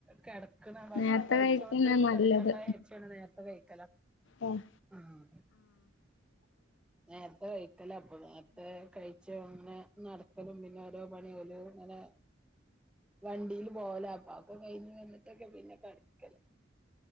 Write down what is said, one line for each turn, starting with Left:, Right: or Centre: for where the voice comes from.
Centre: കെടക്കണ ഭക്ഷണം
Left: നേരത്തെ
Centre: കഴിച്ചോണ്ട്
Left: കഴിക്കന്നെ
Centre: ണ്ട്
Left: നല്ലത്
Centre: കെടക്കണ്ട <unintelligible> നേരത്തെ കഴിക്കല
Left: ആഹ്
Centre: ആഹ് നേരത്തെ കഴിക്കലാ അപ്പൊ നേരത്തെ കഴിച്ച ഒന്ന് നടത്തലും പിന്നെ ഓരോ പണി <unintelligible> അങ്ങനെ വണ്ടീല് പോകല അപ്പ അതൊക്കെ കഴിഞ്ഞ് വന്നിട്ടൊക്കെ പിന്നെ കെടക്കല്